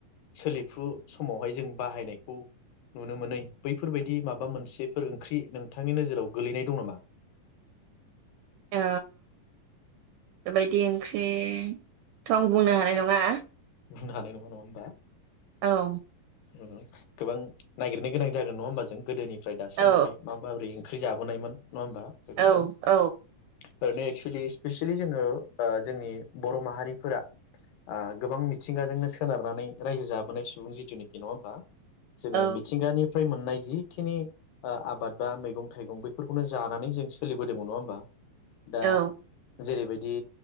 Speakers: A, on the left (about 85°); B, on the right (about 80°).
A: सोलिफु समावहाय जों बाहायनायखौ नुनो मोनै बैफोरबायदि माबा मोनसेफोर ओंख्रि नोंथांनि नोजोराव गोलैनाय दं नामा?
B: ओ बेबायदि ओंख्रिथ' आं बुंनो हानाय नङा।
A: बुंनो हानाय नङा नङा होमबा?
B: औ
A: उम गोबां नागिरनो गोनां जागोन नङा होमबा जों गोदोनि फ्राय दासिमावहाय
B: औ
A: मा बाब्रिं ओंख्रि जाबोनायमोन नङा होमबा बेफोरखौ
B: औ
A: ओरैनो एक्सुेलि स्पेसियेलि जोङो ओ जोंनि बर' माहारिफोरा ओ गोबां मिथ थिंगाजोंनो सोनारनानै रायजो जाबोनाय सुबुं जिथुनाखि नङा होमबा? जोङो
B: औ
A: मिथिंगानिफ्राय मोननाय जिखिनि ओ आबाद बा मैगं थाइगं बेफोरखौनो जानानै जों सोलिबोदोंमोन नङा होमबा? दा
B: औ
A: जेरैबायद दि